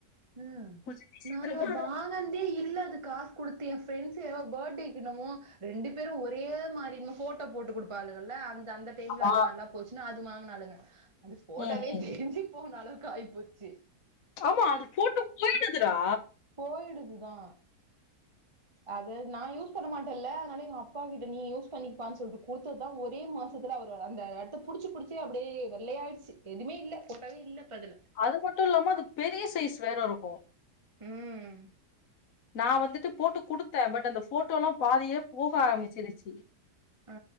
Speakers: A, on the right; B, on the left.
A: உம்
B: கொஞ்ச விசித்திரமா
A: நாங்க வாங்க தே இல்ல அது காசு கொடுத்து எ பிரெண்ட்ஸ் ஏதோ பர்த்டேக்கு என்னமோ ரெண்டு பேரு ஒரே மாரி போட்டோ போட்டு கொடுப்பாலுங்கல அந்த அந்த டைம்ல
B: ஆமா
A: அது நல்லா போச்சுன்னா அது வாங்குநாளுங்க அது போட்டவே
B: ம் ம்
A: தேஞ்சு போன அளவுக்கு ஆயிபோச்சு
B: ஆமா அது போட்டோ போயிடுதுடா
A: போயிடுதுதா அத நா யூஸ் பண்ண மாட் டல்ல அதுனால எங்க அப்பா கிட்ட நீ யூஸ் பண்ணிக்பானு சொல்ட்டு குடுத்த தா ஒரே மாசத்துல் அவரு அந்த எடத் த்த புடுச்சு புடுச்சே அப்டியே வெள்ளையாயிடுச்சு எதுமே இல்ல போட்டாவே இல்ல இப்ப அதுல
B: அது மட்டு இல்லாம அது பெரிய சைஸ் வேற இருக்கு
A: ம்
B: நா வந்துட்டு போட்டு குடுத்தே பட் அந்த போட்டோல்லா பாதியே போக ஆரம்பிச்சிருச்சு
A: ஆ